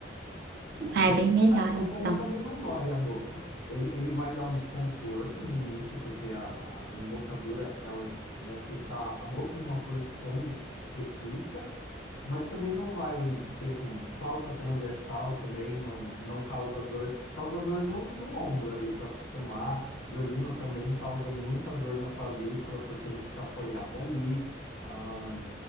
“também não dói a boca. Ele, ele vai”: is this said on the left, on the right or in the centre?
Left